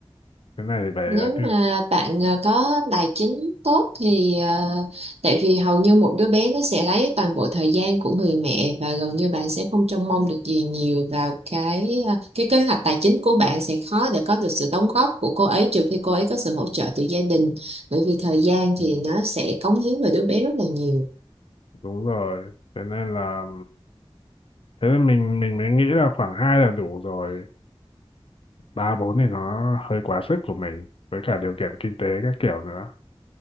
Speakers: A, on the left; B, on the right.
A: Cái này thì phải
B: nếu
A: ờ, tự-
B: mà bạn ờ, có tài chính tốt thì ờ, tại vì hầu như một đứa bé nó sẽ lấy toàn bộ thời gian của người mẹ và gần như bạn sẽ không trông mong được gì nhiều vào cái ờ, cái kế hoạch tài chính của bạn sẽ khó để có được sự đóng góp của cô ấy trừ khi cô ấy có sự hỗ trợ từ gia đình bởi vì thời gian
A: ừ,
B: thì nó sẽ cống hiến vào đứa bé rất là nhiều
A: đúng rồi. Thế nên là thế nên mình mình mới nghĩ là khoảng hai là đủ rồi ba bốn thì nó hơi quá sức của mình với cả điều kiện kinh tế các kiểu nữa